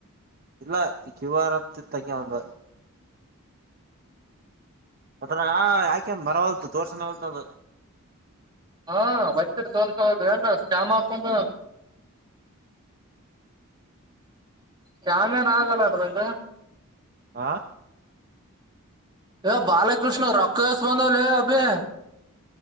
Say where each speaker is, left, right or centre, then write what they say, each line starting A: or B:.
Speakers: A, on the right; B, on the right.
A: ಇಲ್ಲ ಕ್ಯೂ ಆರ್ ಅಂತ ತಂಗ ಒಂದ ಅದರಾಗ ಯಾಕೆನ್ ಬರವಲ್ತು ತೋರ್ಸನ್ ಹೊಲ್ತದ
B: ಹಾ ಬತರಿ ತೋರ್ಸ ಹೋದುಲ್ ಶಾಮಾಕಂದ ಶಾಮೇನ್ ಆಗಲ್ಲಾರಗ
A: ಆ
B: ಯ ಬಾಲಕೃಷ್ಣ ರಕ್ಷಸ್ ಬಂದಾವಲ ಅಭೆ